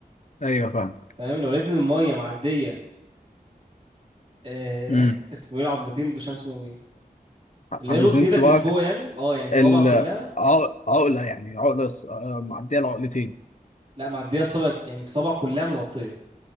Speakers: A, on the left (about 55°); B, on the right (about 40°).
A: أيوه فاهم
B: تمام لو لقيت ان الميه معديه آه...
A: امم
B: <laughs> اسمه ايه العظمتين دول مش عارف اسمه ايه اللي
A: عظمتين
B: هي نص ايدك
A: صباعك
B: من فوق يعني اه يعني صوابعك
A: العقلة
B: كلها
A: يعني عقلة ص- آه، معدية العقلتين
B: لا معديه الصابع يعني صوابعك كلها متغطيه